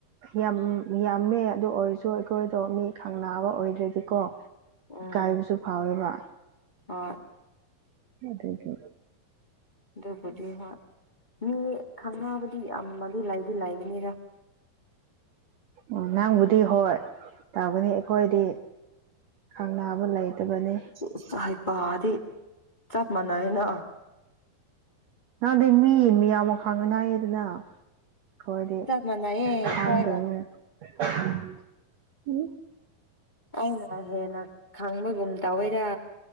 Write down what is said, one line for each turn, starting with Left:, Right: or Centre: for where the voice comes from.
Right: ꯌꯥꯝ ꯌꯥꯝꯃꯦ ꯑꯗꯨ ꯑꯣꯏꯔꯁꯨ ꯑꯩꯈꯣꯏꯗꯣ ꯃꯤ ꯈꯪꯅꯕ ꯑꯣꯏꯗ꯭ꯔꯗꯤꯀꯣ
Left: ꯎꯝ
Right: ꯀꯥꯏꯕꯁꯨ ꯐꯥꯋꯦꯕ
Left: ꯍꯣꯏ
Right: ꯑꯗꯨꯕꯨ
Left: ꯑꯗꯨꯕꯨꯗꯤ ꯍꯣꯏ ꯃꯤ ꯈꯪꯅꯗꯤ ꯌꯥꯝꯅꯗꯤ ꯂꯏꯗꯤ ꯂꯏꯕꯅꯤ
Right: ꯎ ꯅꯪꯕꯨꯗꯤ ꯍꯣꯏ ꯇꯥꯕꯅꯤ ꯑꯩꯈꯣꯏꯗꯤ ꯈꯪꯅꯕ ꯂꯩꯇꯕꯅꯤ
Left: ꯑꯁ ꯍꯩꯄꯥꯗꯤ ꯆꯞ ꯃꯅꯔꯦꯅ
Right: <unintelligible> ꯈꯣꯏꯗꯤ
Left: ꯆꯞ ꯃꯥꯟꯅꯩꯌꯦ
Right: <unintelligible>
Left: ꯑꯩꯈꯣꯏꯒ
Right: ꯎꯝ
Left: ꯑꯩꯅ ꯍꯦꯟꯅ ꯈꯪꯕꯒꯨꯝ ꯇꯧꯋꯤꯗ